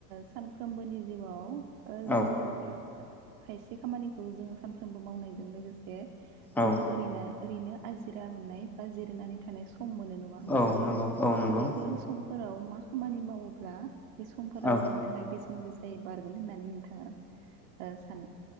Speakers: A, on the right; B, in the centre.
A: सानफ्रोमबोनि जिउआव ओ जोंङो
B: औ
A: खायसे खामानिखौ जोंङो सानफ्रोमबो मावनायजों लोगोसे जे
B: औ
A: जोंङो ओरैनो ओरैनो आजिरा मोननाय बा जिरायनानै थानाय सम सम मोनो नङा होमबा?
B: औ नंगौ औ नंगौ
A: बैफोर सम फोराव मा खामानि मावोब्ला बे समफोरा
B: औ
A: जोंनि थाखाय बेसे बेसेन गोसायै बारगोन होननानै नोंथाङा ओ सानो?